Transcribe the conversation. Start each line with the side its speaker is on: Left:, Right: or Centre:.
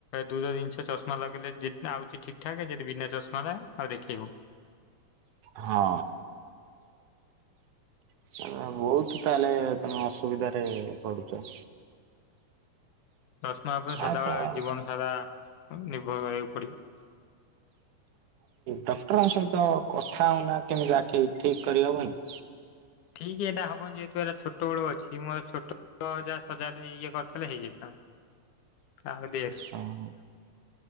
Left: ଦୁର ଜିନିଷ ଚମା ଲାଗେଇଲେ ଆଉଛି ଠିକ ଠାକ ଯଦି ବିନା ଚଷମା ଲାଗେ ଆଉ ଦେଖେଇବୁ।
Right: ହଁ ସେଟ ବହୁତ ତାହେଲେ ତମେ ଅସୁବିଧାରେ ପଡୁଛ।
Left: ଦଶମା ହେ ପାଇଁ ସଦାବେଳେ
Right: ଆ ତ
Left: ଜୀବନ ସାରା ନିର୍ଭର କରିବାକୁ ପଡିବ।
Right: ଡକ୍ଟରଙ୍କ ସହିତ କଥା ହଉନା କେମିତି ଆଖିକି ଠିକ କରିହବନି?
Left: ଠିକ ଏଟା ହବନ ଯେହେତୁଇଟ ଛୋଟେଳ ଅଛି ମୋର ଛୋଟ <unintelligible> ଇଏ କରିଥିଲେ ହେଇଯାଇଥାଆନ୍ତା। ଆଉ <unintelligible> ଚା
Right: ହଁ।